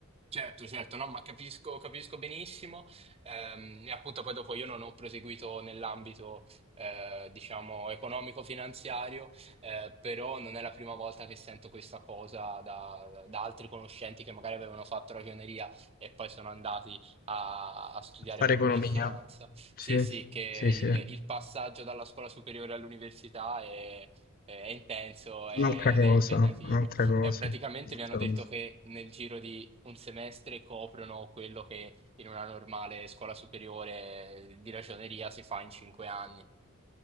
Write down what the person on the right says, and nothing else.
Certo, certo, no, ma capisco, capisco benissimo. Ehm, e appunto poi dopo io non ho proseguito nell'ambito, eh, diciamo, economico-finanziario, eh, però non è la prima volta che sento questa cosa da, da altri conoscenti che magari avevano fatto ragioneria e poi sono andati a, a studiare
economia
e finanza. Sì,
sì, che
il, il passaggio dalla scuola superiore all'università è, è intenso ed
è impegnativo.
E praticamente
mi hanno detto
che nel giro di un semestre coprono quello che in una normale scuola superiore di ragioneria si fa in cinque anni.